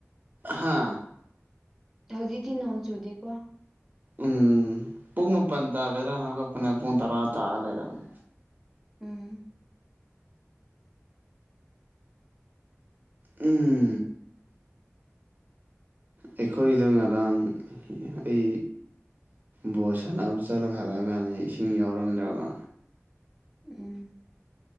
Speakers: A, on the right; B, in the centre.
A: ꯍꯥ
B: ꯍꯧꯖꯤꯛꯇꯤ ꯅꯣꯡ ꯆꯨꯗꯦꯀꯣ꯫
A: ꯎꯝ ꯄꯨꯡ ꯃꯥꯄꯜ ꯇꯥꯒꯗ꯭ꯔꯥꯅ ꯍꯧꯒꯠꯄꯅꯦ ꯄꯨꯡ ꯇꯔꯥ ꯇꯥꯔ ꯂꯩꯔꯝꯃꯦ꯫
B: ꯎꯝ
A: ꯎꯝ ꯑꯩꯈꯣꯏꯗ ꯉꯔꯥꯡ ꯑꯩ ꯕꯣꯠ ꯁꯥꯟꯅꯕ ꯆꯠꯂ ꯈꯠꯂꯒꯅꯦ ꯏꯁꯤꯡ ꯌꯥꯎꯔꯝꯗ꯭ꯔꯕ
B: ꯎꯝ